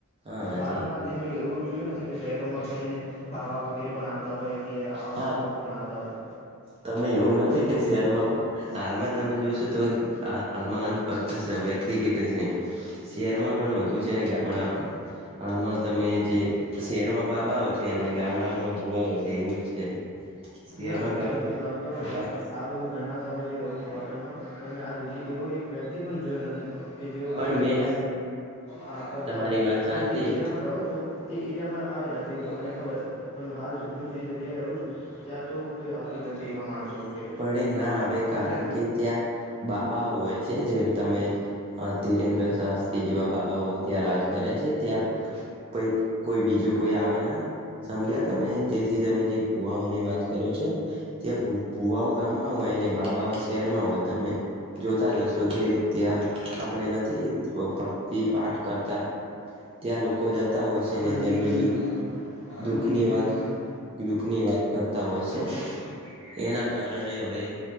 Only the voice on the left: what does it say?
બહાર
ના જે મેં એવું જોયું નથી કે શહેરોમાં કોઈ એને બાાવા વગેરે પણ આવતા હોય કે કે આવા
લોકો પણ આવતા હોય
ના ના
તમે જે વાત કરો છો
હાલ હ ઘણા સમયથી રહું છું પાટણમાં પણ મેં આ જુ એવો એક વ્યક્તિ પણ જોયો નથી કે જેવું
કોઈ
હા કરતા
હોય
તમે
જે એરિયામાં રહો છો તે એરિયામાં આવેલા છે એ તો મને ખબર છે પણ હાલ હું જે જગ્યાએ રહું છું ત્યાં તો કોઈ આવતું જ નથી એવા માણસો વગેરે
સમજ્યા ને
બંદી
ગઈ
બંદી
ગઈ